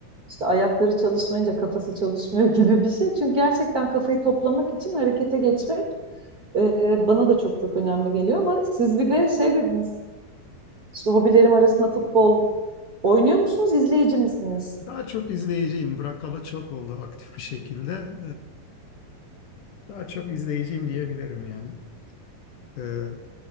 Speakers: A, on the right (about 35°); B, on the left (about 70°).
A: işte ayakları çalışmayınca kafası çalışmıyor <laughs> gibi bir şey. Çünkü gerçekten kafayı toplamak için harekete geçmek e, bana da çok çok önemli geliyor ama siz bir de şey dediniz işte hobilerim arasında futbol oynuyor musunuz izleyici misiniz?
B: Daha çok izleyiciyim. Bırakalı çok oldu aktif bir şekilde. Ee, daha çok izleyiciyim diyebilirim yani. Ee,